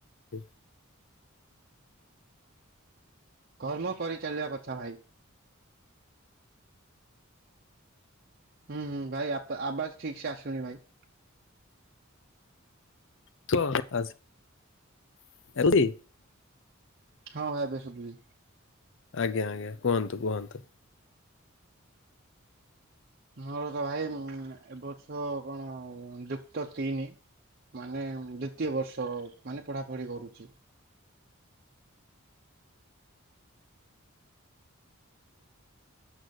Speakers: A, on the left; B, on the right.
A: ହୁଁ।
B: କର୍ମ କରି ଚାଲିବା କଥା ଭାଇ। ହୁଁ ହୁଁ ଭାଇ ଆବ୍ ଆବାଜ୍ ଠିକସେ ଆସୁନି ଭାଇ।
A: <unintelligible>
B: ହଁ ଭାଇ ଏବେ ଶୁଭୁଛି।
A: ଆଜ୍ଞା ଆଜ୍ଞା କୁହନ୍ତୁ କୁହନ୍ତୁ।
B: ମୋର ତ ଭାଇ ଏ ବର୍ଷ କଣ ଯୁକ୍ତ ତିନି। ମାନେ ଦ୍ଵିତୀୟ ବର୍ଷ ମାନେ ପଢା ପଢି କରୁଛି।